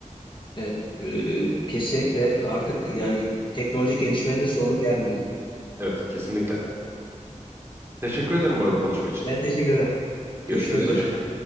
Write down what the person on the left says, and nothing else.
Evet. e, kesinlikle artık yani teknolojik gelişmenin de sonu gelmiyor.
Ben teşekkür ederim.
Görüşmek üzere.